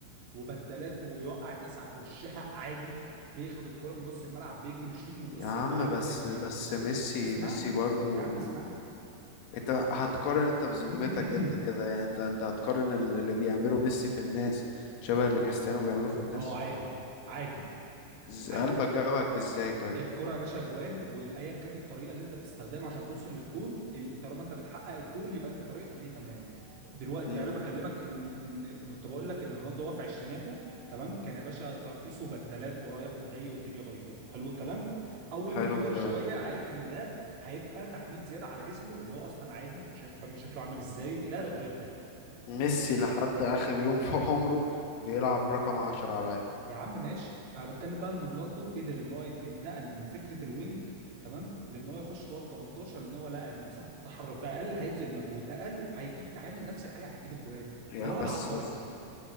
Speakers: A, on the right; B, on the left.
A: وبدلات وبيوقع الناس على وشها عادي بياخد الكرة من نص الملعب بيجري بيشوط من
B: يا
A: نص
B: عم
A: الملعب
B: بس
A: دنيا جميلة
B: بس ميسي
A: اسمعني
B: ميسي برضو
A: يا عم اسمعني
B: انت هتقارن انت
A: <clears throat>
B: بذمتك انت كده يعني انت انت هتقارن ال- اللي بيعمله ميسي في الناس شبه اللي كريستيانو بيعمله في الناس
A: اه عادي عادي
B: إز-
A: عادي
B: قلبك جابك ازاي طيب
A: الكرة يا باشا جوان وايا كانت الطريقه اللي انت بتستخدمها عشان توصل للجون ال- طالما انت بتحقق الجول يبقى انت طريقتك دي تمام دلوقتي
B: امم
A: انا بكلمك ان ان كنت بقول لك ان رونالدو هو في عشريناته تمام كان يا باشا ترقيصه بدلات ورايح وجاي والدنيا بايظه حلو الكلام اول
B: حلو
A: ما كبر
B: الكلام
A: شويه عارف ان ده هيبقى تحميل زياده على جسمه اللي هو اصلا عادي انت شايف الراجل شكله عامل ازاي اله اغريقي
B: ميسي لحد اخر يوم في عمره بيلعب رقم 10 على العادي
A: يا عم ماشي انا بتكلم بقى ان رونالدو قدر ان هو يت- يتنقل من فكره الوينج تمام لان هو يخش جوه ال 18 لان هو لقى ان مساحه التحرك اقل هيبذل مجهود اقل وهيجيب هيعمل نفس الحاجه هيجيب اجوان
B: يا
A: فده واحد
B: بس
A: عبقري
B: بس